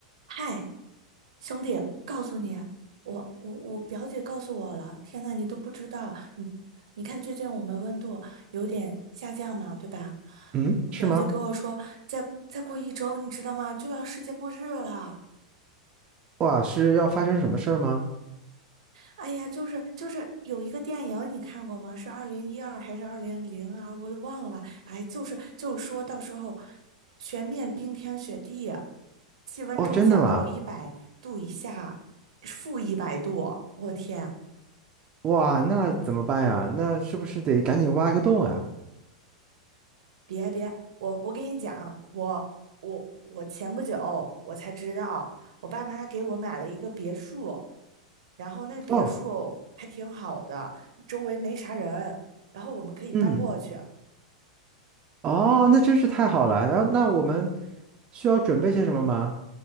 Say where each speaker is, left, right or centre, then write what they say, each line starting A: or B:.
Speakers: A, on the right; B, on the right.
A: 嗨，兄弟，告诉你，我我我表姐告诉我了。天呐，你都不知道，你你看最近我们温度有点下降嘛，对吧？
B: 嗯，
A: 我表姐跟我说，
B: 是吗？
A: 再再过一周，你知道吗？就要世界末日了。
B: 哇，是要发生什么事儿吗？
A: 哎呀，就是就是有一个电影你看过吗？是二零一二还是二零零二？我忘了。哎，就是就是说到时候全面冰天雪地啊，气温骤降到一百度以下，
B: 哦，真的吗？
A: 负一百度。我天，
B: 哇，那怎么办呀？那是不是得赶紧挖一个洞呀？
A: 别别，我我跟你讲，我我我前不久我才知道，我爸妈给我买了一个别墅，然后那别墅还挺好的，
B: 哦，
A: 周围没啥人，然后我们可以搬过去。
B: 嗯，哦，那真是太好了。然后，那我们需要准备些什么吗？